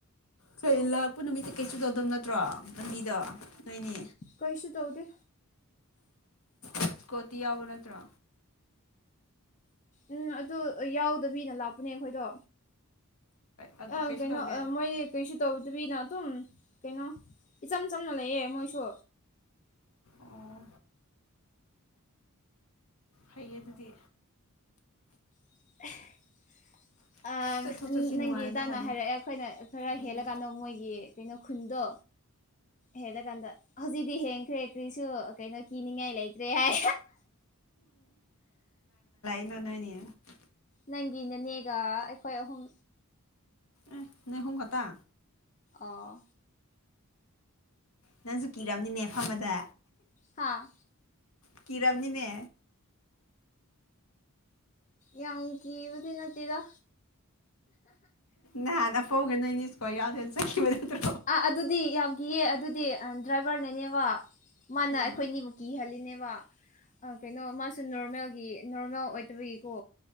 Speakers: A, on the left; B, on the left.
A: ꯀꯩ ꯂꯥꯛꯄ ꯅꯨꯃꯤꯠꯇ ꯀꯩꯁꯨ ꯇꯩꯗꯕ ꯅꯠꯇ꯭ꯔꯣ ꯂꯝꯕꯤꯗꯣ ꯅꯣꯏꯅꯤ
B: ꯀꯩꯁꯨ ꯇꯧꯗꯦ
A: ꯑ ꯀꯣꯇꯤ ꯌꯥꯎꯕ ꯅꯠꯇ꯭ꯔꯣ
B: ꯎꯝ ꯑꯗꯨ ꯌꯥꯎꯗꯕꯤꯅ ꯂꯥꯛꯄꯅꯦ ꯑꯩꯈꯣꯏꯗꯣ
A: ꯑꯗꯨ
B: ꯑ
A: ꯀꯩꯁꯨ
B: ꯀꯩꯅꯣ
A: ꯇꯧꯗꯦ
B: ꯃꯣꯏ ꯀꯩꯁꯨ ꯇꯧꯗ꯭ꯔꯤꯅ ꯑꯗꯨꯝ ꯀꯩꯅꯣ ꯏꯆꯝ ꯆꯝꯅ ꯂꯩꯌꯦ ꯃꯣꯏꯁꯨ
A: ꯑꯣ ꯐꯩꯌꯦ ꯑꯗꯨꯗꯤ
B: <inaudible> ꯑ
A: ꯆꯠꯊꯣꯛ ꯆꯠꯁꯤꯟ
B: ꯅꯪꯒꯤ
A: ꯅꯨꯡꯉꯥꯏꯔꯗꯤ
B: ꯏꯗꯥꯅ
A: ꯐꯅꯤ
B: ꯍꯥꯏꯔꯛꯑꯦ ꯑꯩꯈꯣꯏꯅ ꯈꯔ
A: ꯎꯝ
B: ꯍꯦꯜꯂꯀꯥꯟꯗ ꯃꯣꯏꯒꯤ ꯀꯩꯅꯣ ꯈꯨꯟꯗꯣ ꯍꯦꯜꯂ ꯀꯥꯟꯗ ꯍꯧꯖꯤꯛꯇꯤ ꯍꯦꯟꯈ꯭ꯔꯦ ꯀꯔꯤꯁꯨ ꯀꯩꯅꯣ ꯀꯤꯅꯤꯡꯉꯥꯏ ꯂꯩꯇ꯭ꯔꯦ ꯍꯥꯏ
A: ꯑꯗꯨ ꯅꯣꯢꯅꯦ
B: ꯅꯪꯒꯤ ꯅꯅꯦꯒ ꯑꯩꯈꯣꯏ ꯑꯍꯨꯝ
A: ꯎꯝ ꯅꯣꯢ ꯑꯍꯨꯝ ꯈꯇꯥ
B: ꯑꯥ
A: ꯅꯪꯁꯨ ꯀꯤꯔꯝꯅꯤꯅꯦ ꯐꯝꯕꯗ
B: ꯍꯥꯥ
A: ꯀꯤꯔꯝꯅꯤꯅꯦ
B: ꯌꯥꯝ ꯀꯤꯕꯗꯤ ꯅꯠꯇꯦꯗ
A: ꯅꯍꯥꯟ ꯑꯐꯧꯒ ꯅꯣꯏꯅꯤ ꯏꯁꯀꯣ ꯌꯥꯎꯗ ꯆꯠꯈꯤꯕ ꯅꯠꯇ꯭ꯔꯣ
B: ꯑꯥ ꯑꯗꯨꯗꯤ ꯌꯥꯝꯒꯤꯌꯦ ꯑꯗꯨꯗꯤ ꯗ꯭ꯔꯥꯏꯚꯔꯅꯅꯦꯕ ꯃꯥꯅ
A: ꯎꯝ
B: ꯑꯩꯈꯣꯏꯅꯤꯕꯨ ꯀꯤꯍꯜꯂꯤꯅꯦꯕ ꯑ ꯀꯩꯅꯣ ꯃꯥꯁꯨ ꯅꯣꯔꯃꯦꯜꯒꯤ ꯅꯣꯔꯃꯦꯜ ꯑꯣꯏꯇꯕꯒꯤꯀꯣ